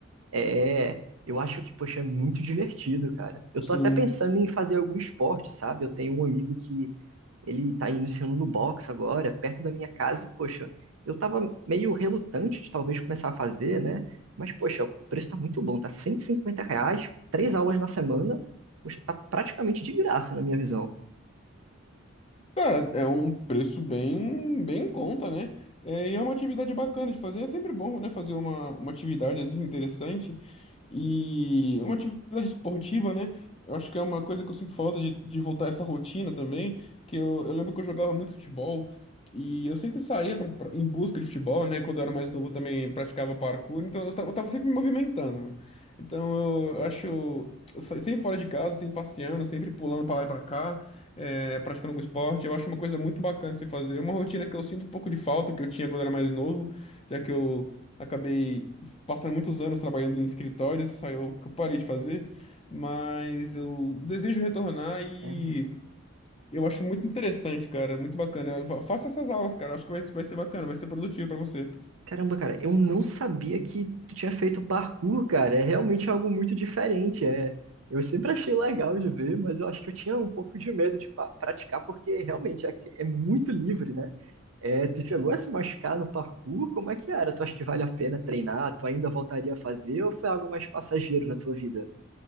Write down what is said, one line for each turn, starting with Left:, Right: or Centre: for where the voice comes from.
Right: É, eu acho que, poxa, é muito divertido, cara. Eu
Left: sim.
Right: tô até pensando em fazer algum esporte, sabe? Eu tenho um amigo que ele tá iniciando no boxe agora, perto da minha casa, e, poxa, eu tava meio relutante de talvez começar a fazer, né? Mas, poxa, o preço tá muito bom, tá 150 reais, três aulas na semana, poxa, tá praticamente de graça na minha visão.
Left: Cara, é um preço bem, bem em conta, né? É, e é uma atividade bacana de fazer. É sempre bom, né? Fazer uma, uma atividade assim interessante. E uma atividade esportiva, né? Eu acho que é uma coisa que eu sinto falta de, de voltar a essa rotina também. Que eu, eu lembro que eu jogava muito futebol. E eu sempre saía pra, pra- em busca de futebol, né? Quando eu era mais novo eu também praticava parkour. Então eu, ta- eu tava sempre me movimentando, mano. Então eu acho. eu sa- Sempre fora de casa, sempre passeando, sempre pulando pra lá e pra cá é, praticando algum esporte. Eu acho uma coisa muito bacana de se fazer. É uma rotina que eu sinto um pouco de falta, que eu tinha quando era mais novo, já que eu acabei passando muitos anos trabalhando em escritórios, aí eu que eu parei de fazer. Mas eu desejo retornar e
Right: né?
Left: eu acho muito interessante, cara, muito bacana. Fa- Faça essas aulas, cara, acho que vai, vai ser bacana, vai ser produtivo pra você.
Right: Caramba, cara, eu não sabia que tu tinha feito parkour, cara. É realmente algo muito diferente. É, eu sempre achei legal de ver, mas eu acho que eu tinha um pouco de medo de pa- praticar, porque realmente é, é muito livre, né? É, tu chegou a se machucar no parkour? Como é que era? Tu acha que vale a pena treinar? Tu ainda voltaria a fazer ou foi algo mais passageiro na tua vida?